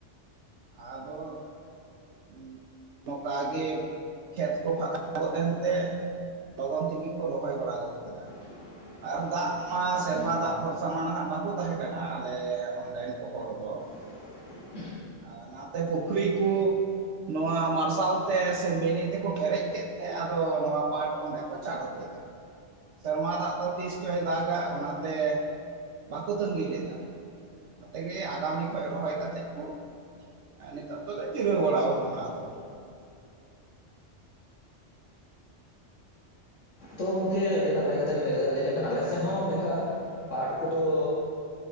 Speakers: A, on the right; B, on the left.
A: ᱟᱫᱚ, ᱩᱸ ᱱᱚᱠᱟ ᱜᱮ ᱠᱷᱮᱛ ᱠᱚ ᱯᱷᱟᱸᱠᱟ ᱜᱚᱫᱮᱱ ᱛᱮ ᱞᱚᱜᱚᱱ ᱛᱮᱜᱮ ᱠᱚ ᱨᱚᱦᱚᱭ ᱵᱟᱲᱟ ᱜᱚᱫ ᱠᱮᱫᱟ᱾
B: <inaudible>
A: ᱟᱨ ᱫᱟᱜ ᱢᱟ ᱥᱮᱨᱢᱟ
B: ᱦᱩᱸ᱾
A: ᱫᱟᱜ ᱵᱷᱚᱨᱥᱟ ᱢᱟ ᱱᱟᱦᱟᱜ ᱵᱟᱠᱚ ᱛᱟᱦᱮᱸ ᱠᱟᱱᱟ ᱟᱞᱮᱻ ᱚᱸᱰᱮᱱ ᱠᱚ ᱦᱚᱲ ᱫᱚ᱾
B: <inaudible>
A: ᱟᱨ ᱱᱟᱛᱮ ᱯᱩᱠᱷᱨᱤ ᱠᱚ, ᱱᱚᱣᱟ ᱢᱟᱨᱥᱟᱞ ᱛᱮ ᱥᱮ ᱢᱤᱱᱤ ᱛᱮᱠᱚ ᱯᱮᱨᱮᱡ ᱠᱮᱫ ᱛᱮ ᱟᱫᱚ ᱱᱚᱣᱟ ᱯᱟᱴ ᱚᱸᱰᱮ ᱠᱚ ᱪᱟᱰᱳ ᱠᱮᱫᱟ᱾ ᱥᱮᱨᱢᱟ ᱫᱟᱜ ᱫᱚ ᱛᱤᱥ ᱪᱚᱭ ᱫᱟᱜᱟ ᱚᱱᱟᱛᱮ ᱵᱟᱠᱚ ᱛᱟᱹᱜᱤ ᱞᱮᱫᱟ᱾ ᱚᱱᱟ ᱛᱮᱜᱮ ᱟᱜᱟᱢᱤ ᱠᱷᱚᱡ ᱨᱚᱦᱚᱭ ᱠᱟᱛᱮᱜ ᱠᱚ ᱮ ᱱᱤᱛᱚᱜ ᱫᱚᱞᱮ ᱡᱤᱨᱟᱹ ᱵᱟᱲᱟᱣ ᱠᱟᱱᱟ ᱟᱫᱚ ᱾
B: ᱛᱚ ᱜᱚᱝᱠᱮ ᱟᱹᱰᱤ ᱱᱟᱯᱟᱭ ᱠᱟᱛᱷᱟ ᱵᱮᱱ ᱞᱟᱹᱭ ᱠᱮᱫᱟ, ᱞᱟᱹᱭ ᱞᱮᱠᱷᱟᱱ ᱟᱞᱮ ᱥᱮᱫ ᱦᱚᱸ ᱱᱮᱝᱠᱟ ᱯᱟᱴ ᱠᱚᱫᱚ